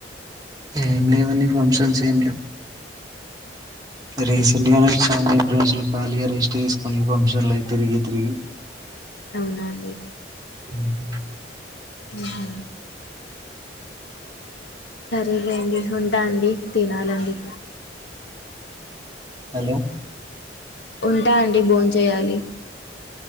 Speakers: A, on the right; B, on the left.
A: ఏం లేవనిీ ఫంక్షన్స్ ఏం లేవు రీస్ తండి రెండు రోజులు కలిగ రెస్ట్ తీసుకుని ఫంక్షన్ లై తిరిగి తిరిగి
B: అవునండి
A: హ్మ్మ్
B: ఉహు సరేలేండి ఉంటా అండి తినాలండి
A: హలో
B: ఉంటా అండి భోన్ చేయాలి